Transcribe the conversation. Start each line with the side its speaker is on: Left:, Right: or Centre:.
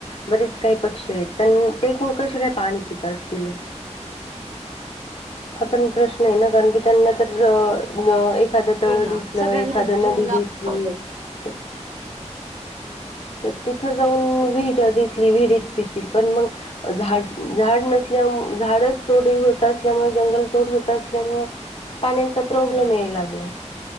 Left: बरेच काही पक्षी आहेत त्यां ते कसे काय पाणी पित असतील?
Right: <inaudible>
Left: हा पण प्रश्न आहे ना, कारण की त्यांना तर न एखादं तळ
Right: हो ना
Left: दिसलं,
Right: सगळ्यांना
Left: एखाद
Right: जीव
Left: नदी
Right: लाव
Left: दिसली, तर तर तिथं जाऊन विहरं दिसली विहिरीत पितील पण मग झाड झाड नसल्यामु झाडच तोडी होत असल्यामुळे, जंगल तोड होत असल्यामुळं. पाण्याचा प्रॉब्लेम
Right: हो
Left: ये लागला